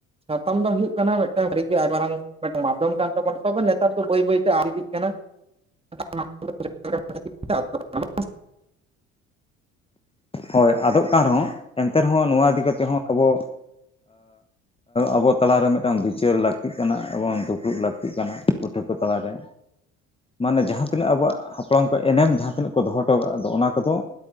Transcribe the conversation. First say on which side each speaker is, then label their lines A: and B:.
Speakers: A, on the right; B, on the left.
A: ᱥᱟᱛᱟᱢ ᱫᱚ ᱦᱩᱭᱩᱜ ᱠᱟᱱᱟ ᱢᱤᱫᱴᱟᱝ ᱟᱰᱤ ᱜᱤ ᱟᱰᱤ ᱢᱟᱨᱟᱝ ᱢᱤᱫᱴᱟᱝ ᱢᱟᱫᱽᱫᱷᱚᱢ ᱠᱟᱱ ᱛᱟᱵᱚᱱᱟ ᱛᱚᱵᱮ ᱱᱮᱛᱟᱨ ᱫᱚ ᱵᱟᱹᱭ ᱵᱟᱹᱭᱛᱮ ᱟᱫ ᱤᱫᱤᱜ ᱠᱟᱱᱟ᱾ <inaudible>
B: ᱦᱳᱭ ᱟᱫᱚᱜ ᱠᱟᱱ ᱨᱮᱦᱚᱸ ᱮᱱᱛᱮ ᱨᱮᱦᱚᱸ ᱱᱚᱣᱟ ᱤᱫᱤ ᱠᱟᱛᱮᱫ ᱦᱚᱸ ᱟᱵᱚ ᱟᱵᱚ ᱛᱟᱞᱟᱨᱮ ᱢᱤᱫᱴᱟᱝ ᱵᱤᱪᱟᱹᱨ ᱞᱟᱹᱠᱛᱤᱜ ᱠᱟᱱᱟ ᱮᱵᱚᱝ ᱫᱩᱯᱲᱩᱵ ᱞᱟᱹᱠᱛᱤᱜ ᱠᱟᱱᱟ ᱯᱟᱹᱴᱷᱩᱣᱟᱹ ᱠᱚ ᱛᱟᱞᱟᱨᱮ,
A: <inaudible>
B: ᱢᱟᱱᱮ ᱡᱟᱦᱟᱸ ᱛᱤᱱᱟᱹᱜ ᱟᱵᱚᱣᱟᱜ ᱦᱟᱯᱲᱟᱢ ᱠᱚᱣᱟᱜ ᱮᱱᱮᱢ ᱡᱟᱦᱟᱸ ᱛᱤᱱᱟᱹᱜ ᱠᱚ ᱫᱚᱦᱚ ᱦᱚᱴᱚ ᱠᱟᱜᱼᱟ ᱚᱱᱟ ᱠᱚᱫᱚ